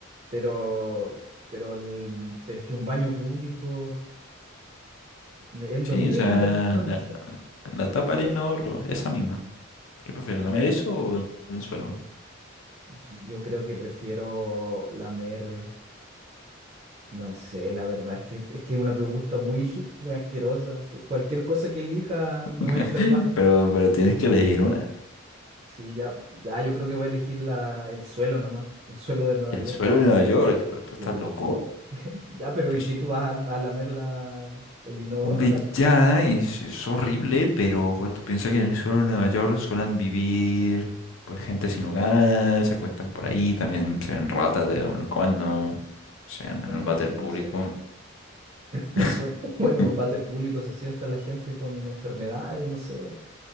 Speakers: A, on the right; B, on the left.
A: pero, pero, el, pero es que un baño público es lo
B: Sí,
A: mismo
B: o sea,
A: en el fondo.
B: la, la tapa arena oro, esa misma. ¿Qué prefieres,
A: <laughs>
B: lamer eso o el suelo?
A: Yo creo que prefiero lamer. No sé, la verdad es que es que es una pregunta muy, muy asquerosa. Que cualquier cosa que elija me
B: <laughs>
A: voy a enfermar.
B: Pero, pero tienes que elegir una.
A: Sí, ya, ya yo creo que voy a elegir la, el suelo nomás, el suelo de Nueva
B: El
A: York.
B: suelo de Nueva York, pero tú estás
A: Sí.
B: loco.
A: Ya, pero
B: Pues,
A: ¿y qué tú vas a, a lamer la, el inodoro?
B: hombre,
A: La,
B: ya es, es horrible, pero joder, tú piensas que en el suelo de Nueva York suelen vivir pues gente sin hogar, se acuestan por ahí, también se ven ratas de vez en cuando, se en
A: bueno,
B: el váter
A: sí,
B: público.
A: no sé. <laughs> Bueno,
B: <laughs>
A: bueno, en un váter público se sienta la gente con enfermedades, no sé.